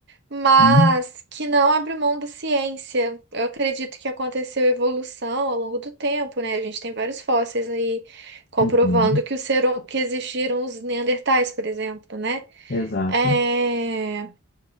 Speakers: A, on the right; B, on the left.
A: mas
B: Hum,
A: que não abre mão da ciência. Eu acredito que aconteceu evolução ao longo do tempo, né? A gente tem vários fósseis aí comprovando
B: uhum,
A: que o ser, hum- que existiram os neandertais, por exemplo, né?
B: Exato.
A: É,